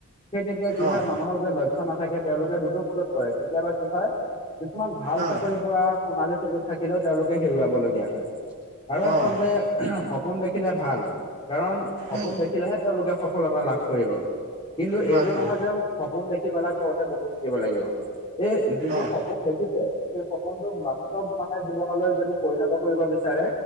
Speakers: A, on the left (about 25°); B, on the right (about 50°).
A: সেই তেতিয়া কি
B: অ',
A: হয় মানুহৰ যে ল ক্ষ্য নাথাকে তেওঁলোকে দুধো মুধত পৰে কেতিয়াবা কি হয় কিছুমান ভাল
B: অ',
A: চাকৰি পৰা সোণালী সুযোগ থাকিলেও তেওঁলোকে হেৰুৱাবলগীয়া হয়। আৰু আচলতে
B: অ',
A: উহম সপোন দেখিলে ভাল। কাৰণ সপোন
B: উম,
A: দেখিলেহে তেওঁলোকে সফলতা লাভ কৰিব। কিন্তু
B: হয়
A: এইটো
B: হয়
A: নহয় যে সপোন দেখি পেলাই ঘৰতে বহি থাকিব লাগিব। এই যিটো
B: অ',
A: সপোন দেখিছে সেই সপোনটোক বাস্তৱ মানে জীৱনলৈ যদি পৰিণত কৰিব বিচাৰে